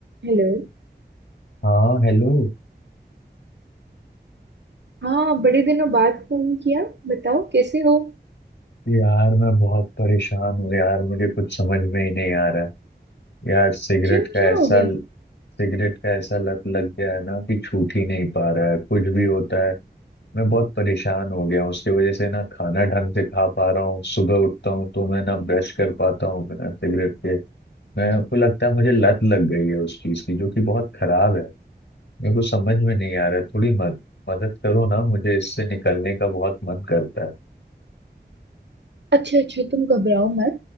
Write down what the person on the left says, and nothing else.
हाँ हेलो
यार मैं बहुत परेशान हूँ यार मुझे कुछ समझ में ही नहीं आ रहा है यार सिगरेट
का
ऐसा
सिगरेट का ऐसा लत लग गया है ना कि छूट ही नहीं पा रहा है कुछ भी होता है मैं बहुत परेशान हो गया हूँ उसकी वजह से ना खाना ढंग से खा पा रहा हूँ सुबह उठता हूँ तो मैं ना ब्रश कर पाता हूँ बिना सिगरेट के मेरे को लगता है मुझे लत लग गई है उस चीज की जो कि बहुत खराब है मेरे को समझ में नहीं आ रहा है थोड़ी मद, मदद करो ना मुझे इससे निकलने का बहुत मन करता है